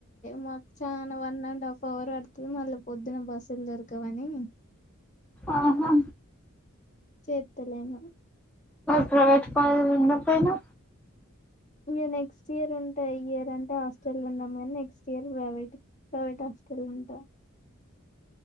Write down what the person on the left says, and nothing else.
మాకు చాలా వన్ అండ్ హాఫ్ అవర్ పడుతుది మళ్ళీ పొద్దున బస్సులు దొరకవని
చేతలేమ
ఇ నెక్స్ట్ ఇయర్ ఉంటా ఈ ఇయర్ అంటే హాస్టల్ ఉన్నాం కానీ next year private private hostel ఉంటా